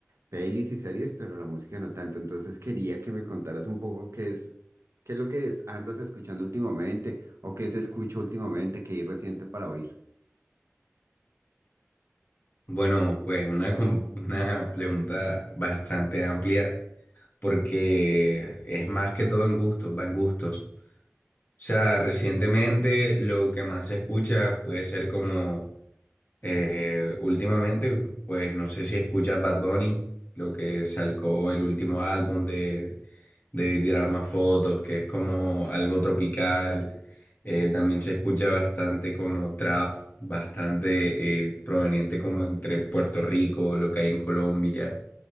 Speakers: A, on the right; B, on the left.
A: Pelis y series, pero la música no tanto. Entonces quería que me contaras un poco qué es, qué es lo que es- andas escuchando últimamente o qué se escucha últimamente, qué hay reciente para oír.
B: Bueno, pues una, <laughs> com- una pregunta bastante amplia porque es más que todo en gustos, va en gustos. O sea, recientemente lo que más se escucha puede ser como eh, últimamente, pues no sé si escuchas Bad Bunny, lo que sacó el último álbum de, de Tirar Más Fotos, que es como algo tropical. Eh, también se escucha bastante como trap, bastante eh, proveniente como entre Puerto Rico, lo que hay en Colombia.